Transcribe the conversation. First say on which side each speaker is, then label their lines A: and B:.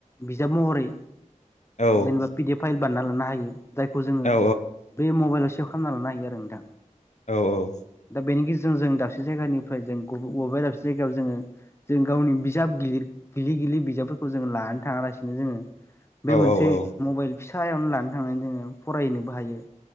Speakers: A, on the left; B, on the left.
A: बिजाब महरै
B: औ
A: जेनेबा पिडि एफ फाइल बान्ना लानो हायो जायखौ जोङो
B: औ
A: बे मबाइलाव सेभ खालामना लानो हायो आरो नोंथां
B: औ औ
A: दा बेनि गेजेरजों जों दाबसे जायगानिफ्राय जोंब बबेबा दाबसे जायगायाव जोङो जों गावनि बिजाब गििर गिलिर गिललि बिजाबफोरखौ जोंङ लानो थाङालासिनो जोङो बे मोनसे
B: औ औ
A: मबाइल फिसायावनो लानो थांनानै जोङो फरायहनोबो हायो